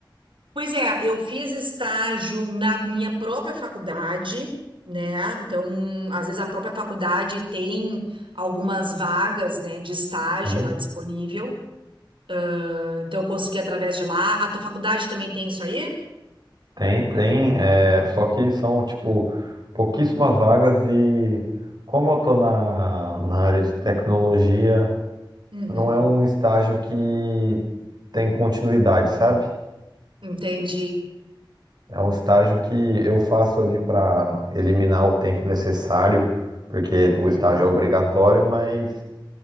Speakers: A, on the right (about 80°); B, on the right (about 55°).
A: Pois é, eu fiz estágio na minha própria faculdade, né? Então, às vezes a própria faculdade tem algumas vagas, né, de estágio
B: Sim.
A: lá disponível. Ah, Então, eu consegui através de lá. A tua faculdade também tem isso aí?
B: Tem, tem, é, só que são, tipo, pouquíssimas vagas e como eu tô na, na área de tecnologia,
A: Uhum,
B: não é um estágio que tem continuidade, sabe?
A: entendi.
B: É um estágio que eu faço ali para eliminar o tempo necessário, porque o
A: Uhum.
B: estágio é obrigatório, mas